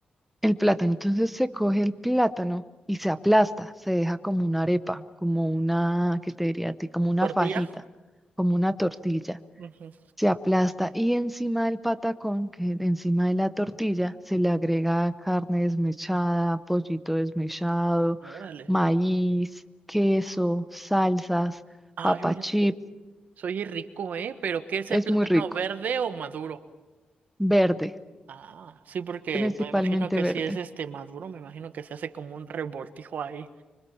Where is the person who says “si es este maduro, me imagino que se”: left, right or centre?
Right